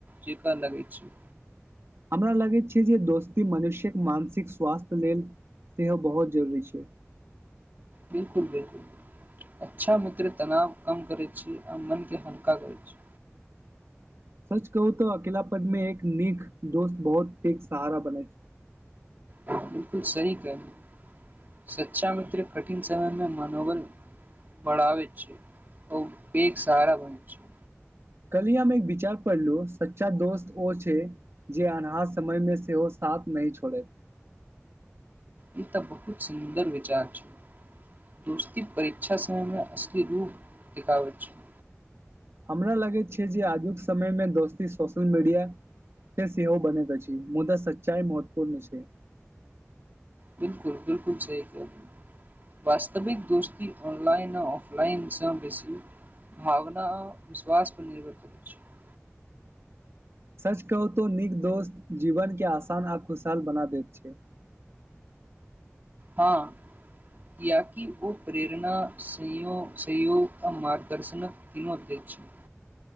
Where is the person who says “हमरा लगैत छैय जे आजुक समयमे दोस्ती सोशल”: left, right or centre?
Right